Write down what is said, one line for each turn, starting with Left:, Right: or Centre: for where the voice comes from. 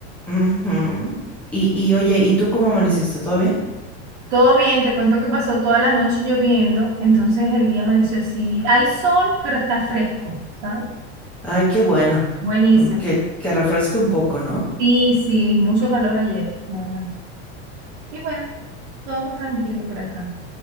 Centre: Ujú. Y, y oye, ¿y tú cómo amaneciste? ¿Todo bien?
Right: Todo bien, te cuento que pasó toda la noche lloviendo, entonces el día amaneció así. Hay sol, pero está fresco, ¿sabes?
Centre: Ay, qué bueno.
Right: Buenísimo.
Centre: Mm, Que, que refresque un poco, ¿no?
Right: Sí, sí, mucho calor ayer, de verdad. Y bueno, todo tranquilo por acá.